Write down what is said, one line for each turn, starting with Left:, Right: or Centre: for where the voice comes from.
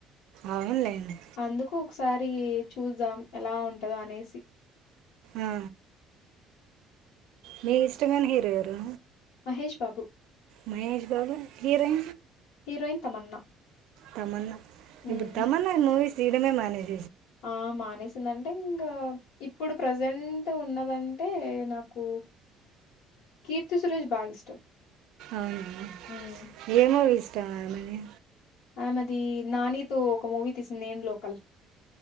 Right: అవునులెండి
Left: అందుకు ఒకసారి చూద్దాం ఎలా ఉంటదో అనేసి
Right: ఆ, మీ ఇష్టమైన హీరో ఎవరు
Left: మహేష్ బాబు
Right: మహేష్ బాబు చిరం
Left: హీరోయిన్ తమన్నా
Right: తమన్నా
Left: హ్మ్
Right: ఇప్పుడు తమన్నా మూవిస్ తీడమే మనేజ్
Left: ఆ మానేసి చ్చిందంటే ఇంగ ఇప్పుడు ప్రజెంట్ ఉన్నదంటే నాకు కీర్తి సురేష్ బాగ ఇష్టం
Right: అవును
Left: హ్మ్
Right: ఏమోవి ఇష్టం అమని
Left: ఆమది నాని తో ఒక మూవీ తీసింది నేను లోకల్